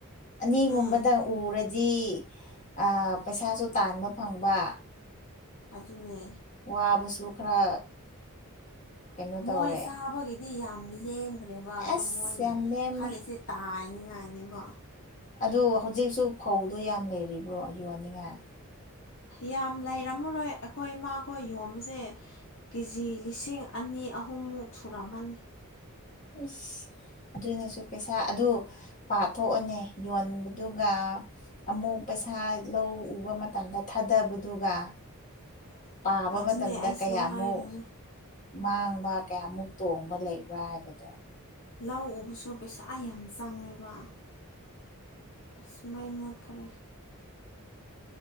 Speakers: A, on the left; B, on the left.
A: ꯑꯅꯤꯒꯨꯝꯕꯗ
B: ꯎꯝ
A: ꯎꯔꯗꯤ ꯑꯥ ꯄꯩꯁꯥꯁꯨ ꯇꯥꯟꯕ ꯐꯪꯕ
B: ꯑꯗꯨꯅꯦ
A: ꯋꯥꯕꯁꯨ ꯈꯔ ꯀꯩꯅꯣ
B: ꯃꯣꯏ
A: ꯇꯧꯔꯦ
B: ꯆꯥꯕꯒꯤꯗꯤ ꯌꯥꯝ ꯂꯦꯝꯒ꯭ꯔꯦꯕ ꯑꯗꯣ
A: ꯑꯁ
B: ꯃꯣꯏꯅ
A: ꯌꯥꯝ ꯂꯦꯝꯃꯦ
B: ꯈꯜꯂꯤꯁꯦ ꯇꯥꯏꯅꯤꯉꯥꯏꯅꯦꯕ
A: ꯑꯗꯨ ꯍꯧꯖꯤꯛꯁꯨ ꯐꯧꯗꯣ ꯌꯥꯝ ꯂꯩꯔꯤꯕ꯭ꯔꯣ ꯌꯣꯟꯅꯤꯡꯉꯥꯏ
B: ꯌꯥꯝ ꯂꯩꯔꯝꯃꯔꯣꯏ ꯑꯈꯣꯏ ꯏꯃꯥꯈꯣꯏ ꯌꯣꯝꯕꯁꯦ ꯀꯦꯖꯤ ꯂꯤꯁꯤꯡ ꯑꯅꯤ ꯑꯍꯨꯝꯃꯨꯛ ꯁꯨꯔꯝꯃꯅꯤ
A: ꯑꯁ ꯑꯗꯨꯅꯁꯨ ꯄꯩꯁꯥ ꯑꯗꯨ ꯄꯥꯊꯣꯛꯑꯅꯤ ꯌꯣꯟꯕꯗꯨꯒ ꯑꯃꯨꯛ ꯄꯩꯁꯥ ꯂꯧ ꯎꯕ ꯃꯇꯝꯗ ꯊꯥꯗꯕꯗꯨꯒ
B: <inaudible>
A: ꯄꯥꯕ
B: ꯑꯗꯨꯅꯦ
A: ꯃꯇꯝꯗ
B: ꯑꯩꯁꯨ
A: ꯀꯌꯥꯃꯨꯛ
B: ꯍꯥꯏꯔꯤꯅꯦ
A: ꯃꯥꯡꯕ ꯀꯌꯥꯃꯨꯛ ꯇꯣꯡꯕ ꯂꯩꯕ꯭ꯔꯥ ꯍꯥꯏꯕ
B: ꯂꯧ ꯎꯕꯁꯨ ꯄꯩꯁꯥ ꯌꯥꯝ ꯆꯪꯉꯦꯕ ꯑꯁ ꯃꯩ ꯃꯨꯠꯈꯔꯦ